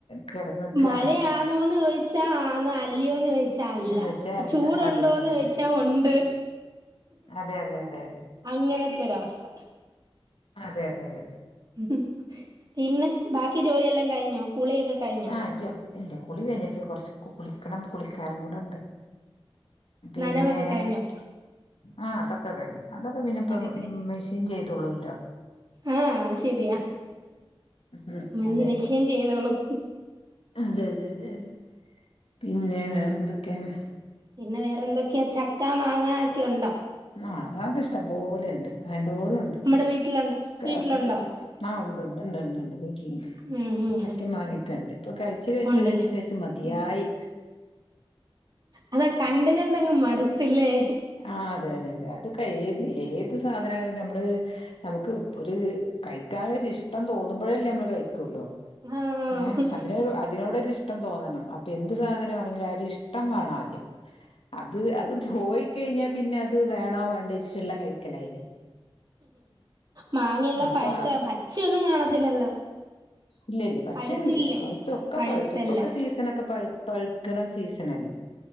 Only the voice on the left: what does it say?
കിടന്നക്കാണ്
എന്ന് വെച്ചാല്ല
അതെ അതെ അതെ
അതെ അതെ അതെ അതെ
അതെ അതെ അതെ
ആഹ് ഇല്ല കുളി കഴിഞ്ഞിട്ടില കൊറച്ച് കുളിക്കണം കുളിക്കാനും കൂടെ ഇണ്ട് പിന്നെ
ആഹ് അതൊക്കെ കഴിഞ്ഞു അതൊക്കെ പിന്നെ ഇപ്പ
മെഷീൻ ചെയ്തോളോല്ലോ
ഉം
അതെ
അതെ അതെ അതെ അതെ പിന്നെ വേറെന്തൊക്കെണ്
ആഹ് അതൊക്കെ ഇഷ്ടം പോലെണ്ട് വേണ്ട്വോളംണ്ട്.
ഒക്കെ കെ ആഹ് ഉണ്ടുണ്ട് ഇണ്ട്ണ്ട് വീട്ടില്ണ്ട്.
ചക്കിം മറങ്ങ്യൊക്കെണ്ട് ഇപ്പൊ കഴിച്ച് കഴിച്ച്
കഴിച്ച് കഴിച്ച് മതിയായി.
ആഹ് അതെ അതെ അതെ. അതൊക്കെ ഏത് ഏത് സാധനായാലും നമ്മള് നമുക്ക് ഒരു കഴിക്കാനൊരിഷ്ടം തോന്നുമ്പോഴല്ലേ നമ്മള് കഴിക്കൊള്ളു.
ഏഹ് അതിനൊരു അതിനോടൊരു ഇഷ് ടം തോന്നണം അപ്പൊ എന്ത് സാധനാണെങ്കിലും ആ ഒര് ഇഷ്ടം വേണാദ്യം അത് അത് പോയി കഴിഞ്ഞാ പിന്നെ അത് വേണോ വേണ്ടേച്ചിട്ടുള്ള കഴിക്കലായിലേ.
അപ്പൊ
ഇല്ല ഇല്ല പച്ചയൊന്നും
ഇല്ല. പഴുത്തു ഒക്കെ
പഴുത്തു ഇപ്പൊക്കെ സീസണൊക്കെ പഴ് പഴുക്ക്ണ സീസണല്ലേ.